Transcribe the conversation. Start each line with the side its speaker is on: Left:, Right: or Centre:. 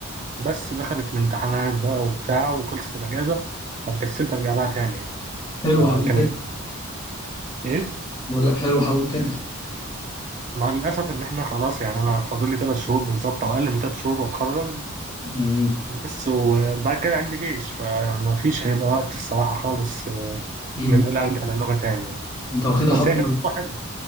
Right: بس دخلت الامتحانات بقى وبتاع وخلصت الأجازة فكسلت أرجع لها تاني يعني
Left: حلو
Right: فكانت
Left: حاول ترجع
Right: إيه
Left: بقول لك حلو حاول ترجع
Right: مع الأسف إن إحنا خلاص يعني أنا فاضل لي تلات شهور بالظبط أو أقل من تلات شهور وأتخرج
Left: امم
Right: بس وبعد كده عندي جيش فمفيش هيبقى وقت الصراحة خالص آه،
Left: امم
Right: إن أنا أرجع للغة تاني يعني
Left: انت واخدها
Right: بس
Left: حب
Right: هي كانت تجربة حلوة